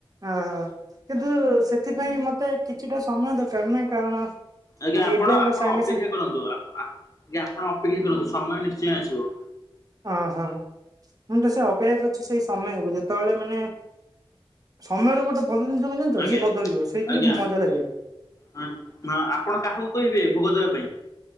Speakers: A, on the right; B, on the left.
A: ଓହୋ କିନ୍ତୁ ସେଥିପାଇଁ ମତେ କିଛିଟା ସମୟ ଦରକାର ନା କାରଣ
B: ଆଜ୍ଞା ଆପଣ
A: ଏବେ
B: ଆପଣ
A: ସାଙ୍ଗେ
B: ଅପେକ୍ଷା
A: ସାଙ୍ଗେ
B: କରନ୍ତୁ ଆ-ଆଜ୍ଞା-ଆପଣ ଅପେକ୍ଷା କରନ୍ତୁ ସମୟ ନିଶ୍ଚୟ ଆସିବ।
A: ଅହୋ ମୁଁ ତ ସେ ଅପେକ୍ଷା କରିଛି ସେଇ ସମୟକୁ ଯେତେବେଳେ ମାନେ ସମୟର ଗୋଟେ ଭଲ ଜିନିଷ କଣ ଜାଣିଛ?
B: ଆଜ୍ଞା
A: ଇଏ ବଦଳିବ ସେଇଥିରୁ
B: ଆଜ୍ଞା।
A: ମଜା ଲାଗେ।
B: ହଁ ହଁ ଆପଣ କାହାକୁ କହିବେ ଭୋଗ ଦେବା ପାଇଁ?